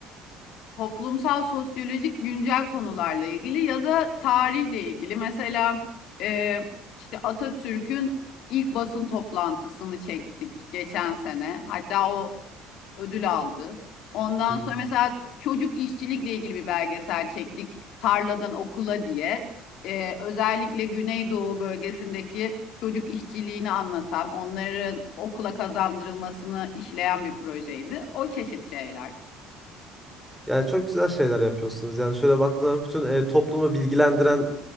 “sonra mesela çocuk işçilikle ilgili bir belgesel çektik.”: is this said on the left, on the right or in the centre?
Left